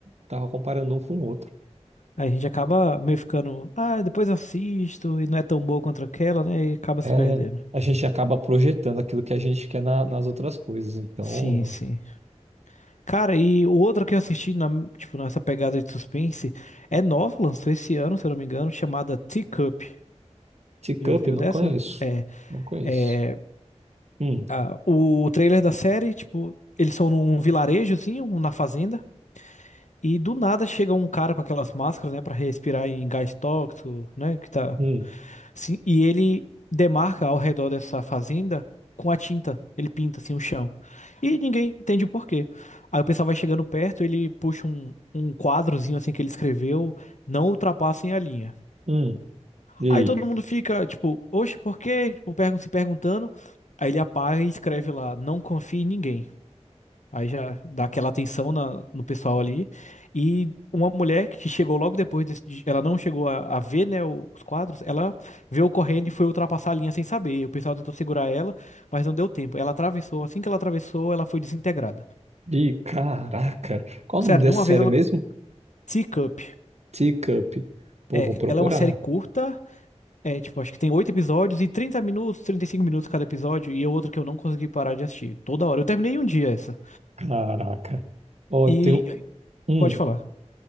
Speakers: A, on the right (about 65°); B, on the left (about 85°).
A: tava comparando um com o outro.
B: A gente acaba meio ficando, ah, depois assisto, e não é tão boa quanto aquela, né? E acaba
A: É,
B: se perdendo.
A: a gente acaba projetando aquilo que a gente quer na- nas outras coisas. Então,
B: Sim, sim. Cara, e o outro que eu assisti, na, tipo, nessa pegada de suspense, é nova, lançou esse ano, se eu não me engano, chamada Teacup.
A: teacup,
B: Já ouviu
A: não
B: dessa?
A: conheço.
B: É,
A: Não conheço.
B: é,
A: Hum,
B: ah, o trailer da série, tipo, eles são num vilarejo, assim, um- na fazenda. E do nada chega um cara com aquelas máscaras, né, Pra respirar em gás tóxico, né, que tá
A: hum,
B: assim, e ele demarca ao redor dessa fazenda com a tinta, ele pinta assim o chão. E ninguém entende o porquê. Aí o pessoal vai chegando perto, ele puxa um, um quadrozinho assim que ele escreveu, não ultrapassem a linha.
A: hum. E aí?
B: Aí todo mundo fica tipo, oxe, por quê? Tipo, pergun- se perguntando. Aí ele apaga e escreve lá, não confie em ninguém. Aí já dá aquela atenção na- no pessoal ali. E uma mulher que chegou logo depois, desse, de- ela não chegou a, a ver, né, o- os quadros, ela veio correndo e foi ultrapassar a linha sem saber. O pessoal tentou segurar ela, mas não deu tempo. Ela atravessou, assim que ela atravessou, ela foi desintegrada.
A: Ih, caraca. Qual
B: Sério,
A: o nome dessa
B: de uma
A: série
B: vez ela.
A: mesmo?
B: Teacup.
A: Teacup. Pô,
B: É,
A: vou procurar.
B: ela é uma série curta, é, tipo, acho que tem oito episódios e 30 minutos, 35 minutos cada episódio, e é outra que eu não consegui parar de assistir. Toda hora. Eu terminei em um dia essa.
A: Caraca. Ó,
B: E.
A: tem um. hum,
B: Pode falar.